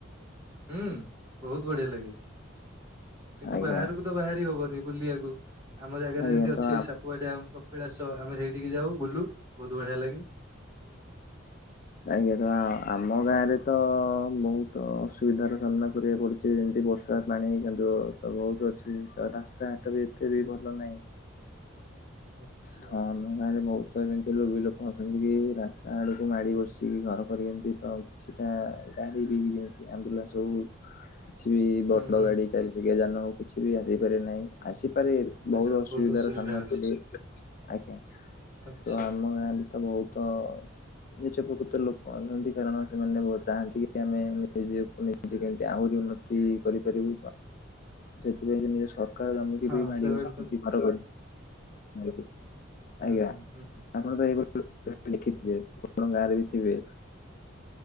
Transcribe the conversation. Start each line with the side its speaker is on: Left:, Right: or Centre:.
Right: ହୁଁ ବୋହୁତ୍ ବଢିଆ ଲାଗେ। କିନ୍ତୁ
Left: ଆଜ୍ଞା
Right: ବାହାରକୁ ତ ବାହାରି ହବନି ବୁଲିବାକୁ, ଆମ ଜାଗାରେ
Left: ଆଜ୍ଞା
Right: ଯେମିତି ଅଛି
Left: ତ
Right: ସା କୁଆ ଡ୍ୟାମ୍, କପିଳାସ ଆମେ ସେଇଠିକି ଯାଉ ବୁଲୁ ବହୁତ ବଢିଆ ଲାଗେ।
Left: କାଇଁ କି ତ ଆମ ଗାଁରେ ତ ବହୁତ ଅସୁବିଧାର ସାମ୍ନା କରିବାକୁ ପଡୁଛି। ସେ ଯେମତି ବର୍ଷା ପାଣି କାଦୁଅ ତ ବୋହୁତ୍ ଅଛି। ତ ରାସ୍ତାଘାଟ ବି ଏତେ ବି ଭଲ ନାହିଁ।
Right: ଆଚ୍ଛା
Left: ଥମ ଗାଁ ରେ ବହୁତ ଏମିତି ଲୋଭି ଲୋକ ଅଛନ୍ତି କି ରାସ୍ତା ଆଡକୁ ମାଡି ବସ ଘର କର ଏମତି ତ କିଛିଟା ଗାଡି ବି ଯେମିତି ଆମ୍ବୁଲାନ୍ସ ହଉ କିଛି ବି ବଡ
Right: ହୁଁ ହୁଁ
Left: ଗାଡି ଚାରି ଚକିଆ ଯାନ ହଉ, କିଛି ବି ଆସିପାରେ ନାହିଁ ଆସିପାରେ ବହୁତ
Right: ଆଚ୍ଛା
Left: ଅସୁବିଧାର
Right: ଅସୁବିଧା
Left: ସାମ୍ନା
Right: ଅଛି
Left: କର- ଆଜ୍ଞା
Right: ଆଚ୍ଛା
Left: ତ ଆମ ଗାଁରେ ବହୁତ ନିଜ ପ୍ରକୃ ତ ଲୋକ ଅଛନ୍ତି କାରଣ ସେମାନେ ଚାହାନ୍ତି କି ଆମେ ନିଜକୁ ନିଜ କେମିତି ଆହୁରି ଉନ୍ନତି କରିପାରିବୁ ସେଥିପାଇଁ ସ କାରଜମିକି
Right: ହଁ
Left: ବି ମାଡିିବଶନ୍ତି
Right: ସେଭେନ୍ ତ
Left: ଘର କରି। ଆଜ୍ଞା।
Right: ହୁଁ ହୁଁ
Left: ଆପଣ ତ ଏଇଭଳି ଦେଖିଥିବେ ଆପଣଙ୍କ ଗାଁରେ ବି ଥିବେ